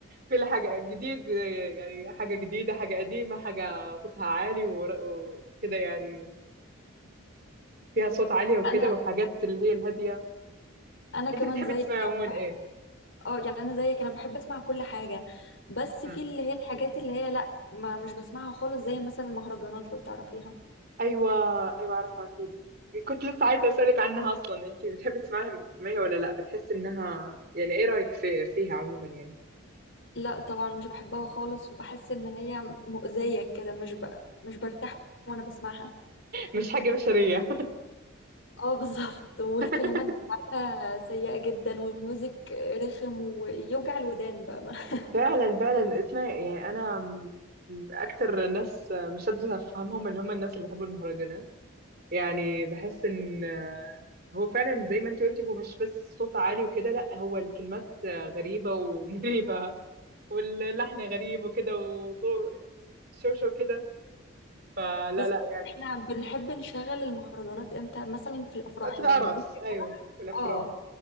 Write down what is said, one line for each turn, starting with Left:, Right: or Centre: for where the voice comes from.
Right: كل حاجة جديد يعني حاجة جديدة حاجة قديمة حاجة صوتها عالي ور- وكده يعني فيها صوت عالية وكده
Left: انا
Right: والحاجات اللي هي الهادية
Left: انا كمان
Right: انت بتحبي
Left: زيك
Right: تسمعي عموما
Left: يعني بحب
Right: ايه؟
Left: اه يعني انا زيك انا بحب اسمع كل حاجه بس في
Right: مم.
Left: اللي هي الحاجات اللي هي لا ما مش بسمعها خالص زي مثلا المهرجانات لو تعرفيها
Right: ايوه ايوه اعرفها اكيد كنت لسه عايزة اسألك عنها اصلا انت بتحبي تسمعيها تسمعيها ولا لا بتحسي انها يعني ايه رأيك في فيها عموما يعني
Left: لا طبعا مش بحبها خالص وبحس ان هي مؤذية كده مش ب... مش برتاح وانا بسمعها
Right: مش حاجة بشرية
Left: اه بالظبط والكلمات
Right: <laughs>
Left: بتاعتها سيئة جدا والميوزك رخم ويوجع الودان بقى <laughs>
Right: فعلا فعلا اسمع يعني انا م- اكتر ناس مش قادرة افهمهم اللي هم الناس اللي بيحبوا المهرجانات يعني بحس ان آه، هو فعلا زي ما انت قلتي هو مش بس الصوت عالي وكده لا هو الكلمات آه، غريبة ومريبة <laughs> واللحن غريب وكده وضوء يعني شوشة وكده فلا
Left: بص
Right: لا يعني
Left: احنا بنحب نشغل المهرجانات امتى مثلا في الافراح
Right: وقت الأعراس
Left: لما يكون في
Right: أيوة
Left: فرح
Right: والأفراح
Left: اه